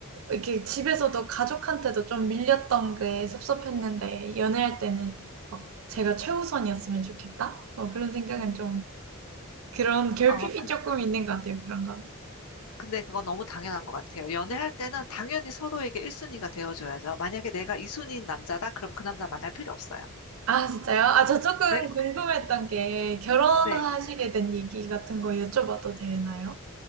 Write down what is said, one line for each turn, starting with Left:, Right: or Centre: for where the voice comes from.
Right: 이렇게 집에서도 가족한테도 좀 밀렸던 게 섭섭했는데 연애할 때는 막 제가 최우선이었으면 좋겠다? 뭐 그런 생각은
Left: 음.
Right: 좀 그런 결핍이
Left: 아, 그,
Right: 조금 있는 것 같아요. 그런 건.
Left: 근데 그건 너무 당연한 것 같아요. 연애할 때는 당연히 서로에게 1순위가 되어줘야죠. 만약에 내가 2순위인 남자다? 그럼 그 남자 만날 필요 없어요.
Right: 아, 진짜요? 아, 저 조금
Left: 네,
Right: 궁금했던 게 결혼하시게
Left: 네.
Right: 된 얘기 같은 거 여쭤봐도 되나요?